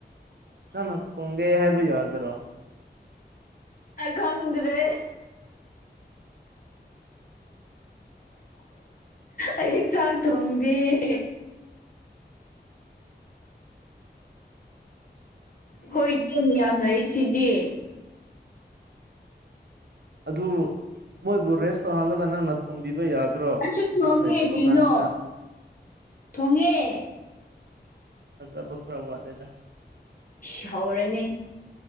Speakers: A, on the right; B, on the left.
A: ꯅꯪꯅ ꯊꯣꯡꯒꯦ ꯍꯥꯏꯕ ꯌꯥꯗꯔꯣ
B: ꯑꯩ ꯈꯪꯗꯔꯦ ꯑꯩ ꯆꯥꯛ ꯊꯣꯡꯗꯦ <inaudible> ꯍꯣꯏ ꯏꯇꯤꯡ ꯃꯌꯥꯝ ꯂꯩꯔꯤꯁꯤꯗꯤ
A: ꯑꯗꯨ ꯃꯣꯏꯕꯨ ꯔꯦꯁ ꯇꯧꯍꯜꯂꯒ ꯅꯪꯅ ꯊꯣꯡꯕꯤꯕ ꯌꯥꯗ꯭ꯔꯣ
B: ꯑꯩꯁꯨ
A: ꯑꯦꯛꯖꯥꯝ
B: ꯊꯣꯡꯉꯦ
A: ꯂꯩꯇꯕ
B: ꯀꯩꯅꯣ
A: ꯀꯥꯟꯁꯤꯗ
B: ꯊꯣꯡꯉꯦ
A: ꯊꯖꯕ ꯈꯔꯥ ꯋꯥꯠꯂꯦꯗ
B: ꯏꯁ ꯍꯧꯔꯦꯅꯦ